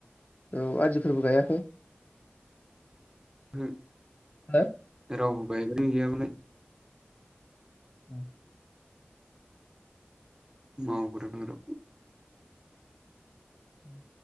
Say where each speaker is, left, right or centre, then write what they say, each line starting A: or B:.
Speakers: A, on the left; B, on the right.
A: औ आदिफोरबो गायाखै?
B: हो
A: हो
B: रावबो गायगोन गैयाबालाय
A: ओ
B: मावग्रा दांग्रा
A: उम